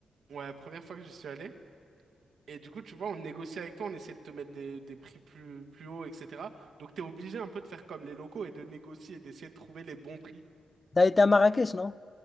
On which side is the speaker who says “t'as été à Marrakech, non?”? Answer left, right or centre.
Left